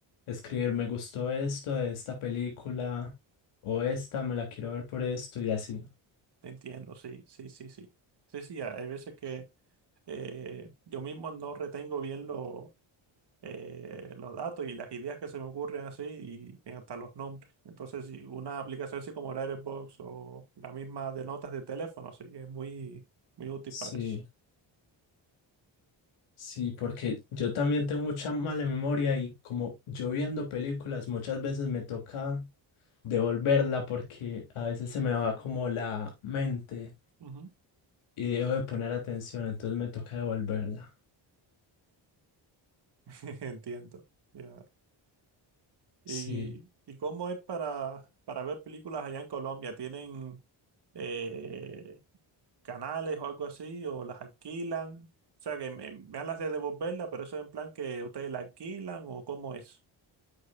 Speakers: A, on the left (about 85°); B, on the right (about 55°).
A: escribir, me gustó esto de esta película o esta, me la quiero ver por esto y así.
B: te entiendo, sí, sí, sí, sí. Sí, sí, hay veces que eh, yo mismo no retengo bien lo eh, los datos y las ideas que se me ocurren así y hasta los nombres. Entonces, si una aplicación así como la Airbox o la misma de notas de teléfono, sí, es muy, muy útil
A: Sí,
B: para eso.
A: sí, porque yo también tengo mucha mala memoria y como yo viendo películas muchas veces me toca devolverla porque a veces se me va como la mente.
B: Ujú.
A: y dejo de poner atención, entonces me toca devolverla.
B: <laughs> Entiendo. Ya. ¿Y,
A: Sí,
B: y cómo es para, para ver películas allá en Colombia? ¿Tienen eh, canales o algo así? ¿O las alquilan? O sea, que me, me hablas de devolverla, pero eso es en plan que ustedes la alquilan o cómo es.